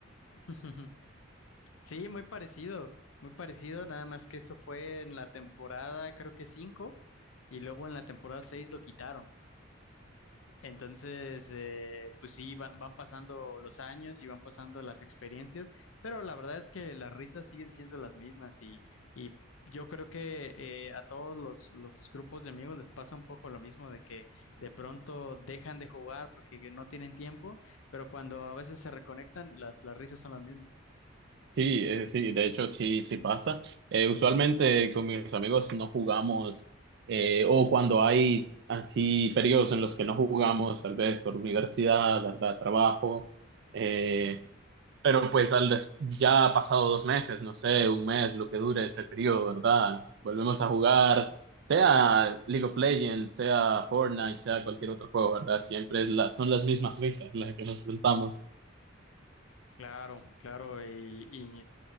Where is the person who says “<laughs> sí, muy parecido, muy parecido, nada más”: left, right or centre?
Left